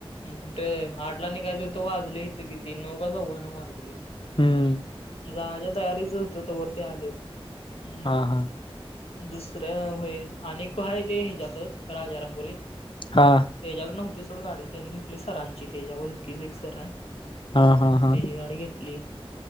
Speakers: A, on the left; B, on the left.
A: कुठ आठला निघायचं होत, वाजले इथं किती नऊ का सव्वा नऊ वाजले.
B: हूं!
A: जायां च्या तयारीच होतो, त वरती आलं मग.
B: हा हा
A: दुसऱ्या होय, अनं एक आहे ते ह्यांच्यातच राजारापुरीत.
B: हा!
A: तेज्याकड नव्हती सोड गाडी त्यानी घेतली सरांची त्येज्या वळखीचं एक सर हाय.
B: हा हा हा
A: तेजी गाडी घेतली.